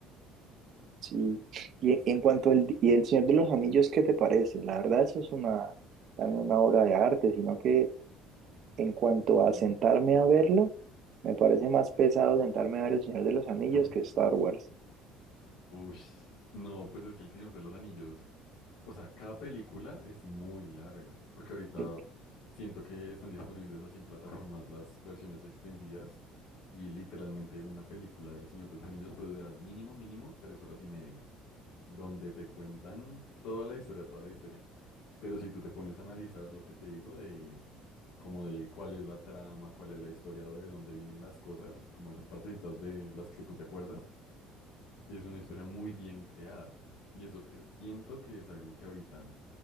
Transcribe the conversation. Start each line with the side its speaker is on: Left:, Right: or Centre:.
Right: Sí, y en, en cuanto al y El Señor de los Anillos, ¿qué te parece? La verdad, eso es una, también una obra de arte, sino que en cuanto
Left: Ujú.
Right: a sentarme a verlo, me parece más pesado sentarme a ver El Señor de los Anillos
Left: <laughs>
Right: que Star Wars.
Left: Ush, no, pues es que El Señor de los Anillos, o sea, cada película es muy larga, porque ahorita
Right: Y-
Left: siento que están disponibles así en plataformas las versiones extendidas y literalmente una película del Señor de los Anillos puede durar mínimo, mínimo tres horas y media, donde te cuentan toda la historia, toda la historia. Pero si tú te pones a analizar lo que te digo de como de cuál es la trama, cuál es la historia, de dónde vienen las cosas, como esas partecitas de las que tú te acuerdas, y es una historia muy bien creada. Y eso cre- siento que es algo que ahorita